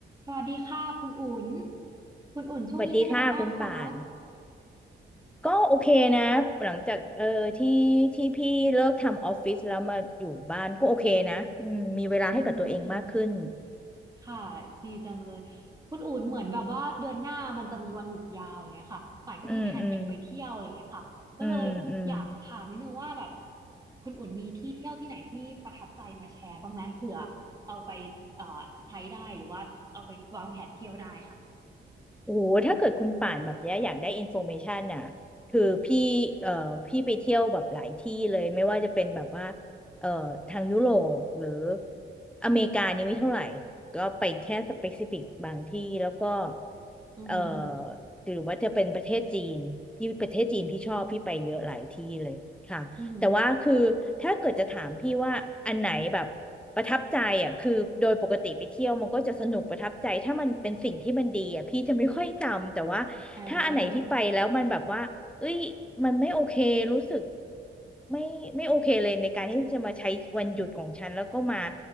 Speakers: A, on the right; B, in the centre.
A: สวัสดีค่ะคุณอุ่นคุณอุ่นช่วงนี้เป็นยังไงบ้างคะ
B: สวัสดีค่ะคุณป่านก็โอเคนะหลังจากเออที่ที่พี่เลิกทำออฟฟิศแล้วมาอยู่บ้านก็โอเคนะอืมมีเวลาให้กับตัวเองมากขึ้น
A: อืมค่ะดีจังเลยคุณอุ่นเหมือนแบบว่าเดือนหน้ามันจะมีวันหยุดยาวอย่างเงี้ยค่ะป่านก็มีแผนอยากไปเที่ยวอะไรอย่างเงี้ยค่ะก็เลยอยากถามนิดนึงว่าแบบ
B: อืมอืมอืมอืม
A: คุณอุ่นมีที่เที่ยวที่ไหนที่ประทับใจมาแชร์บ้างไหมเผื่อเอาไปเอ่อใช้ได้หรือว่าเอาไปวางแผนเที่ยวได้ค่ะ
B: โอ้โหถ้าเกิดคุณป่านแบบเนี้ยอยากได้อินโฟเมชันอ่ะคือพี่เอ่อพี่ไปเที่ยวแบบหลายที่เลย ไม่ว่าจะเป็นแบบว่าเอ่อทางยุโรปหรืออเมริกานี่ไม่เท่าไหร่ ก็ไปแค่สเปกซิฟิกบางที่แล้วก็
A: อือหือ
B: เอ่อหรือว่าจะเป็นประเทศจีนพี่ประเทศจีนพี่ชอบพี่ไปเยอะหลายที่เลยค่ะ
A: อือหือ
B: แต่ว่าคือถ้าเกิดจะถามพี่ว่าอันไหนแบบประทับใจอ่ะคือโดยปกติไปเที่ยวมันก็จะสนุกประทับใจถ้ามันเป็นสิ่งที่มันดีอ่ะพี่จะไม่ค่อยจำแต่ว่าถ้าอันไหนที่ไปแล้วมันแบบว่าเอ้ยมันไม่โอเครู้สึก
A: อ่า
B: ไม่ไม่โอเคเลยในการที่จะมาใช้วันหยุดของฉันแล้วก็มา